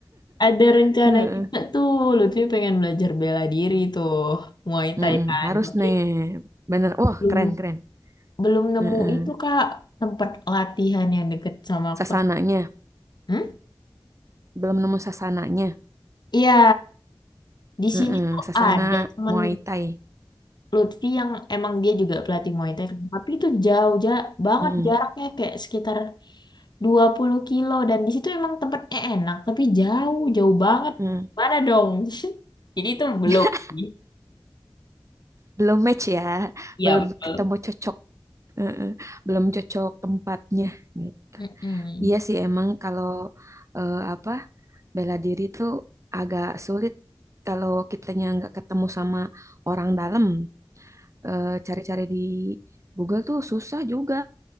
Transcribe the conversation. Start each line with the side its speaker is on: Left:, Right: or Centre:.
Left: ada rencana
Right: Heeh.
Left: juga tuh Lutfi pengen belajar bela diri tuh Muay Thai
Right: Mm-mm,
Left: kan.
Right: harus
Left: Tapi
Right: nih, bener. Wah,
Left: belum
Right: keren keren.
Left: belum nemu
Right: Heeh.
Left: itu Kak tempat latihan yang deket sama aku.
Right: Sasananya,
Left: Hmm?
Right: belum nemu sasananya.
Left: Iya, di
Right: Heeh,
Left: sini tuh
Right: Sasana
Left: ada temen
Right: Muay Thai.
Left: Lutfi yang emang dia juga pelatih Muay Thai kan. tapi itu jauh ja banget
Right: Heeh,
Left: jaraknya kayak sekitar dua puluh kilo dan di situ emang tempatnya enak tapi jauh jauh banget
Right: heeh.
Left: mana dong <laughs> jadi itu belum
Right: <laughs>
Left: sih.
Right: Belum match ya,
Left: Iya
Right: belum
Left: betul
Right: ketemu cocok. Heeh, Belum cocok tempatnya gitu.
Left: Mm-mm.
Right: Iya sih emang kalau eh, apa? bela diri tuh agak sulit kalau kitanya nggak ketemu sama orang dalam. Eh, Cari-cari di Google tuh susah juga.